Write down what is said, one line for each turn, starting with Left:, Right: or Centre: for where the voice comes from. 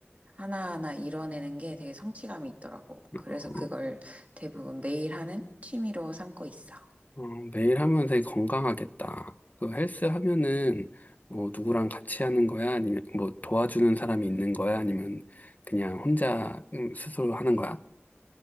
Right: 하나하나 이뤄내는 게 되게 성취감이 있더라고. 그래서
Left: 어,
Right: 그걸 대부분 매일 하는 취미로 삼고 있어.
Left: 어, 매일 하면 되게 건강하겠다. 그 헬스 하면은 뭐 누구랑 같이 하는 거야? 아니면 뭐 도와주는 사람이 있는 거야? 아니면 그냥 혼자 음, 스스로 하는 거야?